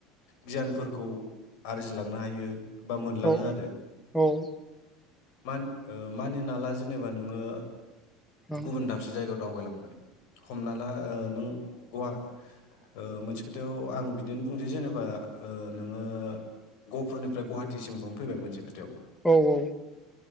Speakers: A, on the left; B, in the centre.
A: गियानफोरखौ आरजिलांनो हायो। बा मोनलाङो
B: औ
A: आरो
B: औ ओं
A: मान ओ मानिना ला जेनेबा नोङो
B: औ
A: गुबुन दाबसे जायगायाव दावगायलांबाय। हमना ला ओ नों ग आ ओ मोनसे खोथायाव आं बिदिनो बुंनोसै जेनेबा ओ नोङो गहपुरनिफ्राय गुवाहाटि सिम नआव फैबाय मोनसे खोथायाव
B: औ औ